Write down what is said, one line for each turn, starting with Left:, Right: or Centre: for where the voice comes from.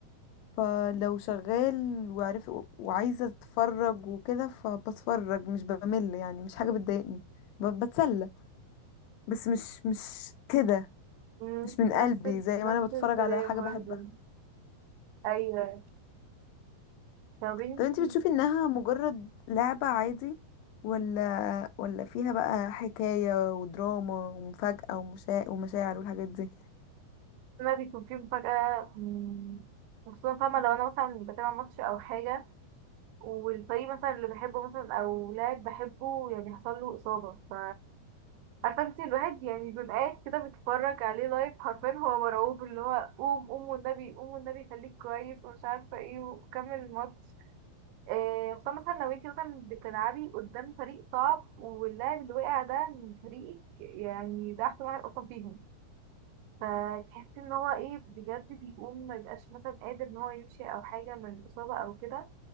Left: فلو شغال وعارف وعايزة اتفرج وكده فبتفرج مش بمل يعني مش حاجة بتضايقني ب- بتسلى بس مش مش كده
Right: مم،
Left: مش من قلبي
Right: نفس ال-
Left: زي
Right: نفس
Left: ما انا بتفرج
Right: الكلام
Left: على حاجة
Right: برضه
Left: بحبها
Right: أيوه طب
Left: طب
Right: انتي
Left: انت بتشوفي انها مجرد لعبة عادي ولا ولا فيها بقى حكاية ودراما ومفاجأة ومشا... ومشاعر والحاجات دي
Right: ما بيكون في مفاجأة مم، خصوصا فاهمة لو أنا مثلا بتابع ماتش أو حاجة والفريق مثلا اللي بحبه مثلا أو لاعب بحبه يعني حصل له إصابة ف عارفه انت الواحد يعني بيبقى قاعد كده بيتفرج عليه لايف حرفيا هو مرعوب اللي هو قوم قوم والنبي قوم والنبي خليك كويس ومش عارفه ايه وكمل الماتش إيه خصوصا مثلا لو انت مثلا بتلعبي قدام فريق صعب واللاعب اللي وقع ده من فريقك يعني ده احسن واحد اصلا فيهم فتحسي ان هو ايه بجد بيقوم ما يبقاش مثلا قادر ان هو يمشي او حاجه من الاصابه او كده